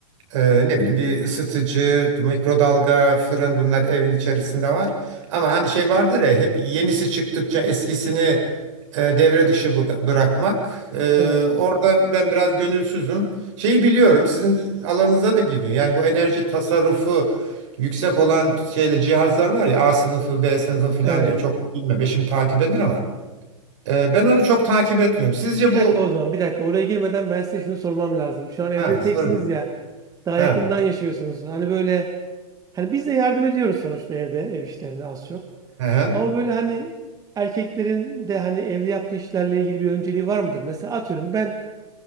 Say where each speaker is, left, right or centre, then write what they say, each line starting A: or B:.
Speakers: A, on the right (about 60°); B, on the right (about 20°).
A: ee, ne bileyim bir ısıtıcı, mikrodalga, fırın bunlar evin içerisinde var. Ama hani şey vardır ya hep yenisi çıktıkça eskisini e, devre dışı bı- bırakmak. Ee,
B: Evet
A: orada ben biraz gönülsüzüm. Şeyi biliyorum sizin alanınıza da giriyor. Yani bu enerji tasarrufu yüksek olan şeyle cihazlar var ya A sınıfı, B sınıfı filan
B: evet.
A: diyor. Çok bilmem eşim takip eder ama. Ee, ben onu çok takip etmiyorum. Sizce
B: Bir
A: bu...
B: dakika o zaman, bir dakika. Oraya girmeden ben size şunu sormam lazım. Şu an evde
A: Ha sorun.
B: teksiniz ya. Daha
A: Ha.
B: yakından yaşıyorsunuz. Hani böyle hani biz de yardım ediyoruz sonuçta evde ev işlerine az çok.
A: Hı hı.
B: Ama böyle hani erkeklerin de hani evde yaptığı işlerle ilgili bir önceliği var mıdır? Mesela atıyorum ben